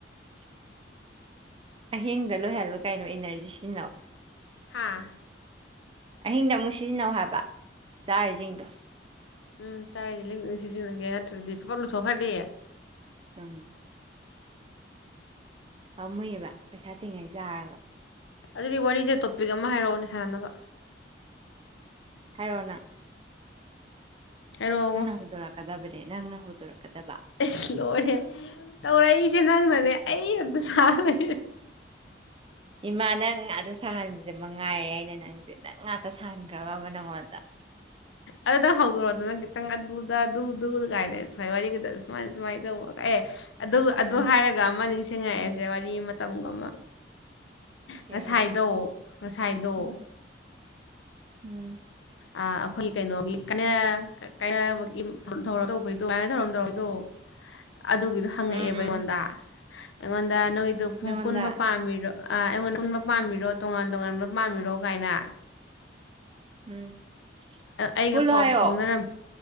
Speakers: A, on the right; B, on the left.
A: <inaudible> ꯑꯍꯤꯡꯗ ꯂꯣꯏꯍꯜꯕ ꯀꯩꯅꯣ ꯏꯅꯔꯖꯤ ꯁꯤꯖꯤꯟꯅꯧ
B: ꯑꯥ
A: ꯑꯍꯤꯡꯗ ꯑꯃꯨꯛ ꯁꯤꯖꯤꯟꯅꯧ ꯍꯥꯏꯕ ꯆꯥꯔꯤꯁꯤꯡꯗꯣ
B: ꯎꯝ ꯆꯥꯏꯁꯦ ꯁꯤꯖꯤꯟꯅꯒꯦ ꯅꯠꯇ꯭ꯔꯗꯤ ꯄꯄ ꯂꯨꯊꯣꯛꯈ꯭ꯔꯗꯤꯦ
A: ꯎꯝ ꯄꯥꯝꯃꯨꯏꯌꯦꯕ ꯄꯩꯁꯥ ꯇꯤꯡꯉꯩ ꯌꯥꯥꯔꯕ
B: ꯑꯗꯨꯒꯤ ꯋꯥꯔꯤꯁꯦ ꯇꯣꯄꯤꯛ ꯑꯃ ꯍꯥꯏꯔꯛꯑꯣꯅꯦ ꯁꯥꯟꯅꯕ
A: ꯍꯥꯏꯔꯣꯅ
B: ꯍꯥꯏꯔꯣꯉꯣ
A: ꯍꯧꯗꯣꯔꯛꯀꯗꯕꯅꯦ ꯅꯪꯅ ꯍꯧꯗꯣꯔꯛꯀꯗꯕ
B: ꯑꯁ ꯂꯣꯏꯔꯦ ꯇꯧꯔꯛꯏ ꯏꯆꯦ ꯅꯪꯅꯅꯦ ꯑꯩ ꯑꯝꯇ ꯁꯥꯔꯦ
A: ꯏꯃꯥ ꯅꯪ ꯉꯥꯗ ꯁꯥꯍꯟꯕꯁꯦ ꯃꯉꯥꯏꯔꯦ ꯑꯩꯅ ꯅꯪ ꯉꯥꯛꯇ ꯁꯥꯍꯟꯈ꯭ꯔꯕ ꯑꯃ ꯅꯪꯉꯣꯟꯗ
B: ꯑꯗꯨ ꯅꯪ ꯍꯧꯗꯣꯔꯛꯑꯣꯗ ꯅꯪ ꯈꯤꯇꯪ ꯑꯗꯨꯗ ꯑꯗꯨ ꯗꯨꯗ ꯀꯥꯏꯅꯔꯁ ꯑꯩꯥꯏ ꯋꯥꯔꯤ ꯈꯛꯇꯪ ꯁꯨꯃꯥꯏ ꯁꯨꯃꯥꯏꯅ ꯇꯧꯕ ꯑꯦ ꯑꯗꯨ ꯑꯗꯨ
A: ꯎꯝ
B: ꯍꯥꯏꯔꯒ ꯑꯃ ꯅꯤꯡ ꯁꯤꯡꯉꯛꯑꯦꯁꯦ ꯋꯥꯔꯤ ꯃꯇꯝꯒꯨꯝ ꯑꯃ
A: ꯀꯩ
B: ꯉꯁꯥꯏꯗꯣ
A: ꯋꯥꯔꯤ
B: ꯉꯁꯥꯏꯗꯣ
A: ꯎꯝ ꯎꯝ
B: ꯑꯩꯈꯣꯏꯒꯤ ꯀꯩꯅꯣꯒꯤ ꯀꯒꯤ ꯇꯧꯕꯗꯣ ꯀ ꯊꯧꯔꯝ ꯇꯧꯔꯏꯗꯣ ꯑꯗꯨꯒꯤꯗꯣ ꯍꯪꯉꯛꯑꯦꯕ
A: ꯎꯝ ꯎꯝ
B: ꯑꯩꯉꯣꯟꯗ ꯑꯩꯉꯣꯟ ꯗ ꯅꯣꯏꯗꯣ ꯄ
A: ꯅꯪꯉꯣꯟꯗ
B: ꯄꯨꯟꯕ ꯄꯥꯝꯃꯤꯔꯣ ꯑꯩꯉꯣꯟꯗ ꯄꯨꯟꯕ ꯄꯥꯝꯕꯤꯔꯣ ꯇꯣꯉꯥꯟ ꯇꯣꯉꯥꯟꯕ ꯄꯥꯝꯕꯤꯔꯣ ꯀꯥꯏꯅ
A: ꯎꯝ
B: ꯑꯩꯒ
A: ꯄꯨꯜꯂꯣ
B: ꯄꯥꯎ
A: ꯍꯥꯏꯌꯣ
B: ꯐꯥꯎ ꯐꯥꯎꯅꯔꯝꯃꯤ